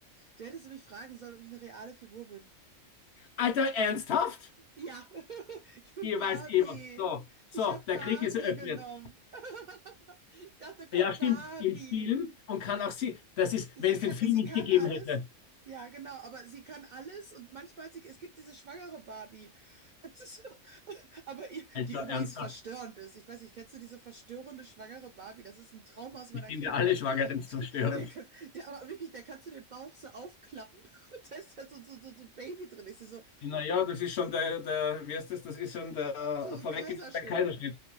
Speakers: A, on the right; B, on the left.
A: Du hättest mich fragen sollen, ob ich eine reale Figur bin.
B: Alter, ernsthaft?
A: Ja, <laughs> ich bin
B: Ihr
A: Barbie.
B: weißt eh was. So, so,
A: Ich habe
B: der
A: Barbie
B: Krieg ist eröffnet.
A: genommen. <laughs> Ich dachte, komm,
B: Ja, stimmt,
A: Barbie.
B: im Film und kann auch sie, das ist,
A: Sie
B: wenn es
A: kann,
B: den Film
A: sie
B: nicht
A: kann
B: gegeben
A: alles.
B: hätte.
A: Ja, genau, aber sie kann alles und manchmal, sie, es gibt diese schwangere Barbie. <laughs> Es ist so- Aber ihr-
B: Alter,
A: die übrigens
B: ernsthaft.
A: verstörend ist. Ich weiß nicht, kennst du diese verstörende schwangere Barbie? Das ist ein Trauma aus meiner
B: Ich bin
A: Kindheit.
B: ja alle Schwangeren <laughs> zerstörend.
A: <laughs> Der, kann- der, aber wirklich, da kannst du den Bauch so aufklappen <laughs> und da ist da so, so, so, so ein Baby drin. Ist ja so,
B: Naja, das ist schon der, der, wie heißt das? Das ist schon der
A: so
B: äh,
A: so
B: vorweggenommene
A: ein Kaiserschnitt.
B: Kaiserschnitt.